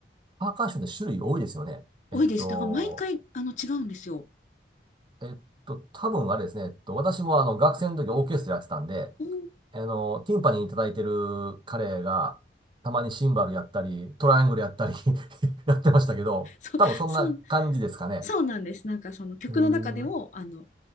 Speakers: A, on the right; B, on the left.
A: パーカッションって種類多いですよね。
B: 多いです。
A: えっと、
B: だから毎回、あの、違うんですよ。
A: えっと、多分あれですね。えっと、私もあの、学生の時オーケストラやってたんで、
B: お
A: あの、ティンパニーに叩いてる彼が、たまにシンバルやったり、トライアングルやったり <laughs> やってましたけど、
B: そう、
A: 多分そんな感じですかね。
B: そう、そうなんです。なんかその曲の中でも、
A: うーん。は
B: あの、